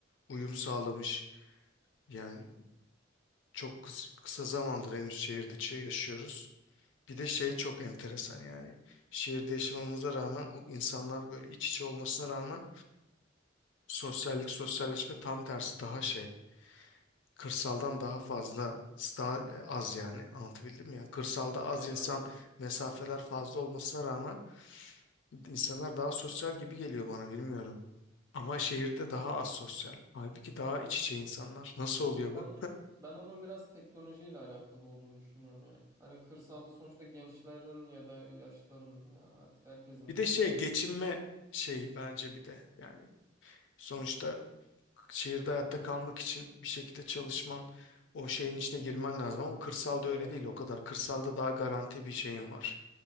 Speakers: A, on the left (about 70°); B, on the right (about 15°).
A: uyum sağlamış. Yani çok kıs- kısa zamandır henüz şehirde çi- yaşıyoruz. Bir de şey çok enteresan yani. Şehirde yaşamamıza rağmen o insanlar böyle iç içe olmasına rağmen sosyallik, sosyalleşme tam tersi daha şey. Kırsaldan daha fazla, daha e, az yani. Anlatabildim mi ya? Kırsalda
B: Tabii
A: az insan,
B: aynen.
A: mesafeler fazla olmasına rağmen insanlar daha sosyal gibi geliyor bana bilmiyorum. Ama şehirde daha az sosyal. Halbuki daha iç içe insanlar. Nasıl oluyor
B: Ben
A: bu?
B: ben onun biraz teknolojiyle alakalı olduğunu düşünüyorum ya. Hani kırsalda sonuçta gençlerin ya da yaşlıların ya artık herkesin
A: Bir de şey geçinme şeyi bence bir de yani sonuçta şehirde hayatta kalmak için bir şekilde çalışman, o şeyin içine girmen lazım ama kırsalda
B: Evet
A: öyle değil
B: evet.
A: o kadar. Kırsalda daha garanti bir şeyin var.